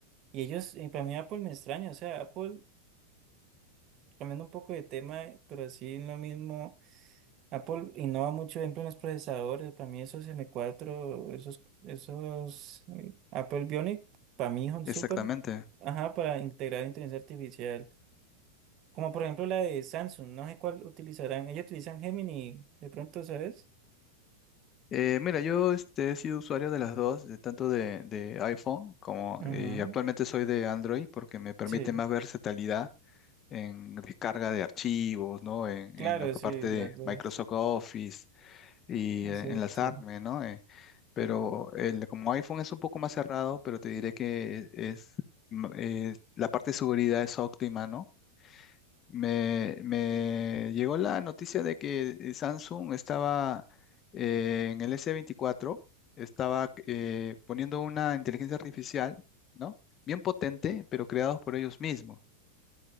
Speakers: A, on the right; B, on the left.
A: Y ellos, y para mí Apple me extraña, o sea, Apple, cambiando un poco de tema, pero así en lo mismo. Apple innova mucho, por ejemplo, en los procesadores. Para mí esos m cuatro, esos, esos eh, Apple Bionic, para mí son
B: Exactamente.
A: súper, ajá, para integrar inteligencia artificial. Como por ejemplo la de Samsung, no sé cuál utilizarán. Ellos utilizan Gemini, de pronto, ¿sabes?
B: Eh, mira, yo este, he sido usuario de las dos, de, tanto de, de iPhone como
A: Ujú,
B: y actualmente soy de Android porque me permite
A: Sí,
B: más versatilidad en descarga de archivos, ¿no? En,
A: claro,
B: en lo que
A: sí,
B: parte de
A: la verdad
B: Microsoft
A: es,
B: Office y
A: exacto.
B: eh, enlazarme, ¿no? Eh, pero el, como iPhone es un poco más cerrado, pero te diré que es, mm, eh, la parte de seguridad es óptima, ¿no? Me, me llegó la noticia de que eh, Samsung estaba eh, en el S24, estaba eh, poniendo una inteligencia artificial, ¿no? Bien potente, pero creados por ellos mismos.